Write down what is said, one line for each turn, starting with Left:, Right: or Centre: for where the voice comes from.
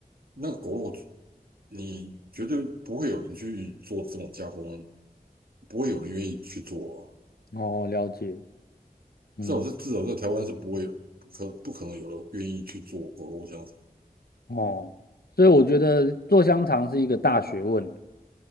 Right: 那个狗肉，你绝对不会有人去做这种加工，不会有人愿意去做啊，
Left: 哦，了解，嗯，
Right: 至少是至少在台湾是不会有，不可不可能有人愿意去做狗肉香肠
Left: 哦，所以我觉得做香肠是一个大学问。